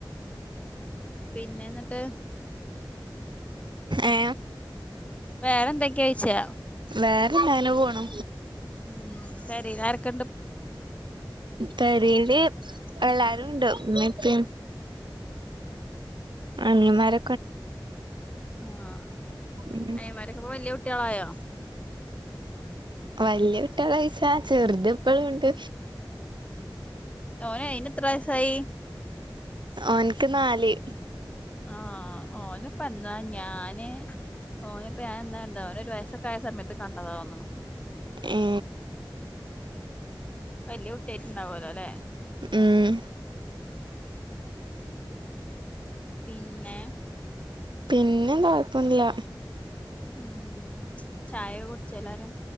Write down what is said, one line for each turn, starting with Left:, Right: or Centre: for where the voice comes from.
Left: പിന്നെന്നിട്ട്
Right: ഏ
Left: വേറെന്തെക്കേ ഓയ്ച്ചാ
Right: വേറെന്താ അങ്ങനെ പോണു
Left: ഉം പെരീലാരെക്കെ
Right: പെരീല് എള്ളാരുണ്ട് ഇമ്മിപ്പിം അനിയമ്മാര
Left: ആ
Right: ഉം
Left: അനിയന്മാരൊക്കെ ഇപ്പ വെല്ല്യെ കുട്ട്യാളായോ
Right: വലിയ കുട്ട്യാളൊയ്ച്ചാ ചെറിത് ഇപ്പളുണ്ട്
Left: ഓനയ് അയിനെത്ര വയസായി?
Right: ഓൻക്ക് നാല്
Left: ആഹ് ഓനിപ്പ എന്താ ഞാന് ഓന് പ്പൊ ഞാനെന്ന് കണ്ടാ ഓനൊരു വയസ്സൊക്ക ആയ സമയത്ത് കണ്ടതാ ഓന്ന്ണു
Right: ഏ
Left: വലിയ കുട്ട്യിയിട്ടുണ്ടാവൊലോ ലെ?
Right: ഉം
Left: പിന്നെ
Right: പിന്നെന്താ കൊഴപ്പന്നില്ല
Left: ഉം ചായ കുടിച്ച എല്ലാരും.